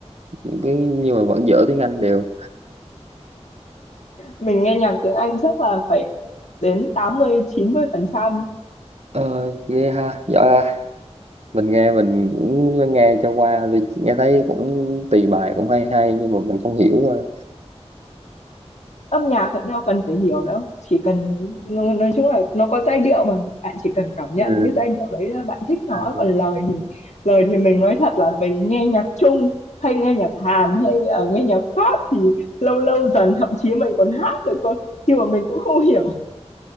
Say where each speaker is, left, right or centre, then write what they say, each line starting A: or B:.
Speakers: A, on the right; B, on the left.
A: những cái nhưng mà vẫn dở tiếng Anh đều
B: mình nghe nhạc tiếng Anh chắc là phải đến tám mươi mươi chín mươi phần trăm
A: Ờ, ghê ha giỏi ha mình nghe mình cũng nghe cho qua vì nghe thấy cũng tùy bài cũng hay hay nhưng mà mình không hiểu thôi
B: âm nhạc thì đâu cần phải hiểu đâu chỉ cần nó- nói chung là nó có giai điệu mà bạn chỉ cần cảm nhận
A: Ừ.
B: cái giai điệu đấy là bạn thích nó
A: Ừ.
B: còn lời thì lời thì mình nói thật là mình nghe nhạc Trung hay nghe nhạc Hàn hay ờ, nghe nhạc Pháp thì lâu lâu dần thậm chí mình còn hát được cơ nhưng mà mình cũng không hiểu